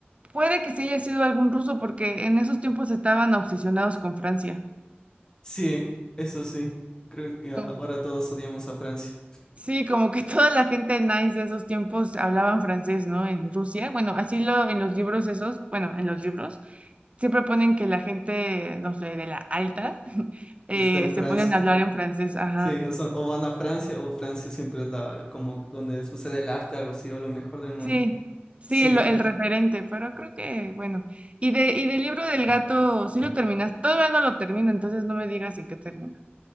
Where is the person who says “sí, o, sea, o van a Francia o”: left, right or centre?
Left